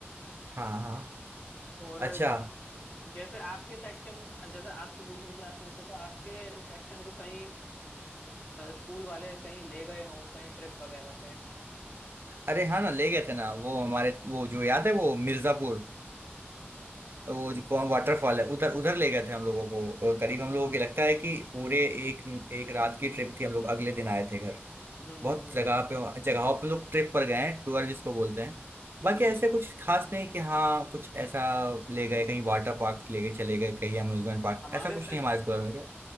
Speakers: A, on the right (about 60°); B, on the left (about 25°).
A: हाँ हाँ
B: और
A: अच्छा
B: जैसे आपके सेक्शन जैसे आप तो दूसरी क्लास में थे तो आपके सेक्शन को कहीं स्कूल वाले कहीं ले गए हों कहीं ट्रिप वगैरह पे
A: अरे हाँ ना ले गए थे ना वो हमारे वो जो याद है वो मिर्जापुर वो
B: हम्म
A: जो कौन वाटरफॉल है उधर उधर ले गए थे हम लोगों को और करीब
B: अच्छा
A: हम लोगों को लगता है कि पूरे एक एक रात की ट्रिप थी हम लोग अगले दिन आए थे घर
B: हम्म
A: बहुत
B: हम्म
A: जगह पे जगहों पे लोग ट्रिप पर गए हैं टूर जिसको बोलते हैं बाकी
B: हम्म
A: ऐसे कुछ खास नहीं कि हाँ कुछ ऐसा ले गए कहीं वाटर पार्क ले गए चले गए कहीं अम्यूजमेंट पार्क
B: हमारे
A: ऐसा कुछ
B: सेक
A: नहीं हमारे प्लान में क्या